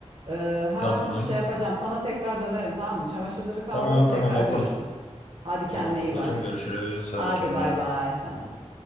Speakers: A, on the right; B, on the left.
A: Ee, hemen
B: Tamam.
A: şey yapacağım. Sana tekrar dönerim tamam mı? Çamaşırları kaldırayım
B: Tamam
A: tekrar
B: tamam ablam.
A: görüşürüz. Hadi kendine
B: Tamam ablacığım
A: iyi bak.
B: görüşürüz.
A: Hadi
B: Hadi kendine
A: bay
B: iyi bak.
A: bay sen de.